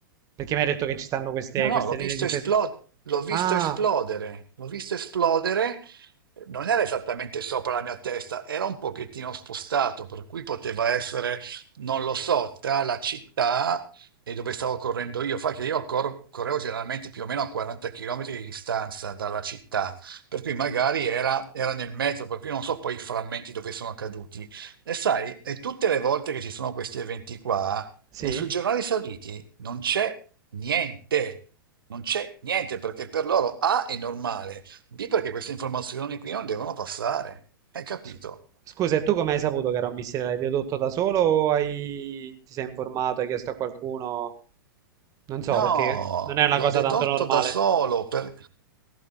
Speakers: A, on the right; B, on the right.
A: Perché mi hai detto che ci stanno queste,
B: No, no,
A: queste
B: l'ho
A: linee
B: visto
A: di difesa.
B: esplodere, l'ho visto
A: Ah,
B: esplodere, l'ho visto esplodere, eh, non era esattamente sopra la mia testa, era un pochettino spostato, per cui poteva essere, non lo so, tra la città e dove stavo correndo io. Fa che io cor- correvo generalmente più o meno a 40 km di distanza dalla città, per cui magari era, era nel mezzo, per cui non so poi i frammenti dove sono caduti. E sai, e tutte le volte che ci sono questi eventi qua,
A: sì?
B: nei suggerolari sauditi non c'è niente, non c'è niente perché per loro A è normale, B perché queste informazioni qui non devono passare. Hai capito?
A: S- Scusa, e tu come hai saputo che era un missile? L'hai dedotto da solo o hai... ti sei informato, hai chiesto a qualcuno? Non so,
B: No,
A: perché non è una
B: l'ho
A: cosa
B: dedotto
A: tanto normale.
B: da solo per-